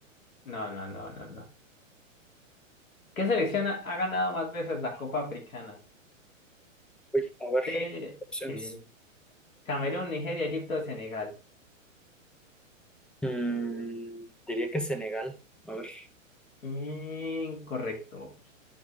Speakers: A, on the left; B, in the centre.
A: No, no, no, no, no. ¿Qué selección ha ha ganado más veces la Copa Africana?
B: Uy, a ver,
A: De
B: opciones.
A: sí. Camerún, Nigeria, Egipto, Senegal.
B: Mm, diría que Senegal. A ver,
A: Incorrecto.